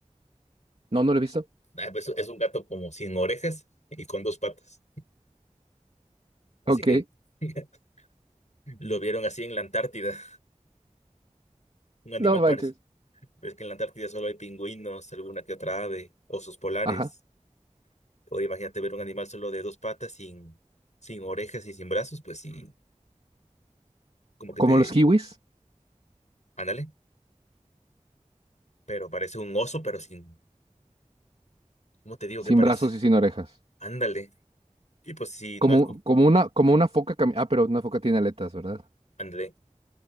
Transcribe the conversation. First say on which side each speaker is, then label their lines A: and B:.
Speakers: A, on the right; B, on the left.
A: No, no lo he visto.
B: Ah, pues, es un gato como sin orejas y con dos patas. Dice
A: Ok,
B: que <laughs> lo vieron así en la Antártida. Un animal
A: No manches.
B: parece. Ves que en la Antártida solo hay pingüinos, alguna que otra ave, osos polares.
A: ajá.
B: O imagínate ver un animal solo de dos patas, sin, sin orejas y sin brazos, pues sí, como que
A: Como
B: te.
A: los kiwis,
B: Ándale. Pero parece un oso, pero sin. ¿Cómo te digo
A: sin
B: que parece?
A: brazos y sin orejas.
B: Ándale. Y pues si
A: Como,
B: no es. co-
A: como una, como una foca cami- Ah, pero una foca tiene aletas, ¿verdad?
B: Ándale.